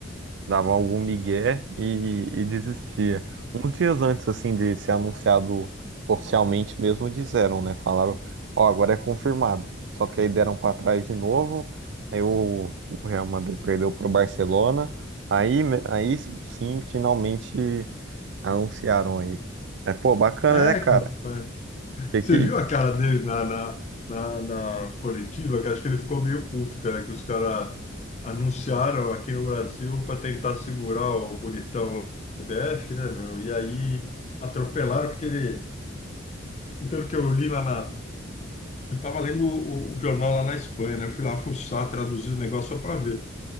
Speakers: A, on the right; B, on the left.
A: dava algum migué e, e desistia. Uns dias antes, assim, de ser anunciado oficialmente mesmo, disseram, né? Falaram, ó, agora é confirmado. Só que aí deram pra trás de novo, aí o, o Real Madrid perdeu pro Barcelona, aí, me- aí sim, finalmente anunciaram aí. Mas, pô, bacana,
B: É,
A: né, cara?
B: rapaz.
A: Que
B: Você
A: que...
B: viu a cara dele na, na, na, na coletiva, que acho que ele ficou meio puto, cara, que os caras anunciaram aqui no Brasil para tentar segurar o bonitão do CBF, né, meu? E aí atropelaram, porque ele, pelo que eu li lá na Eu estava lendo o, o jornal lá na Espanha, né? Fui lá fuçar, traduzir o negócio só para ver.